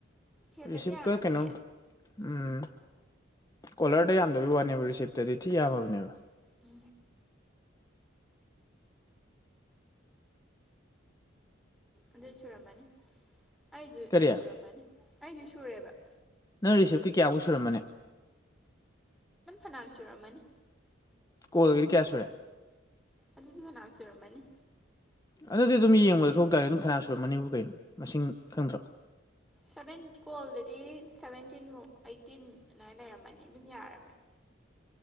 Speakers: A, in the centre; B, on the left.
A: ꯍꯦꯜꯂꯗꯤ
B: ꯔꯤꯁꯤꯞꯀ
A: ꯌꯥꯔꯝꯃꯅꯤꯌꯦ
B: ꯀꯩꯅꯣ ꯎꯝ ꯀꯣꯂꯔꯗ ꯌꯥꯝꯗꯕ ꯋꯥꯅꯦꯕ ꯔꯤꯁꯤꯞꯇꯗꯤ ꯊꯤ ꯌꯥꯝꯃꯕꯅꯦꯕ
A: ꯎ ꯑꯗꯨ ꯁꯨꯔꯝꯃꯅꯤ ꯑꯩꯁꯨ
B: ꯀꯔꯤ
A: ꯁꯨꯔꯝꯃꯅꯤ ꯑꯩꯁꯨ ꯁꯨꯔꯦꯕ
B: ꯅꯪ ꯔꯤꯁꯤꯞꯀꯤ ꯀꯌꯥꯃꯨꯛ ꯁꯨꯔꯝꯕꯅꯤ
A: ꯍꯅꯥꯝꯁ ꯔꯃꯟ
B: ꯀꯣꯜꯒꯗꯤ ꯀꯌꯥ ꯁꯨꯔꯦ
A: ꯑꯗꯨꯆꯅꯥꯝꯁꯨ ꯔꯃꯅꯤ
B: ꯑꯗꯨꯗꯤ ꯑꯗꯨꯝ ꯌꯦꯡꯕꯗ ꯊꯣꯛꯇꯔꯦ ꯑꯗꯨꯝ ꯐꯅꯥ ꯁꯨꯔꯝꯃꯅꯤꯕꯨ ꯀꯩꯅꯣ ꯃꯁꯤꯡ ꯈꯪꯗ꯭ꯔꯣ
A: ꯁꯚꯦꯟ ꯀꯣꯜꯗꯗꯤ ꯁꯚꯦꯟꯇꯤꯟꯃꯨꯛ ꯑꯩꯠꯇꯤꯟ ꯑꯗꯨꯥꯏꯅ ꯂꯩꯔꯝꯃꯅꯤ ꯑꯗꯨꯝ ꯌꯥꯔꯝꯃꯦ <inaudible>